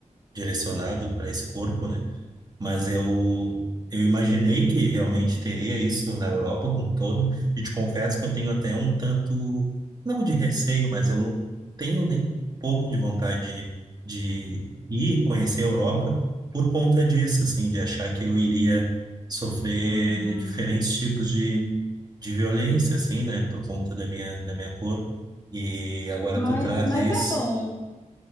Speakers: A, on the right (about 30°); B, on the left (about 20°).
A: direcionado para esse corpo, né? mas eu eu imaginei que realmente teria isso na Europa como um todo, e te confesso que eu tenho até um tanto, não de receio, mas eu não tenho nem pouco de vontade de, de ir conhecer a Europa por conta disso, assim, de achar que eu iria sofrer
B: Uhum.
A: diferentes tipos de, de violência, assim, né, por conta da minha, da minha cor. E agora
B: Mas,
A: tu traz
B: mas
A: isso.
B: é bom.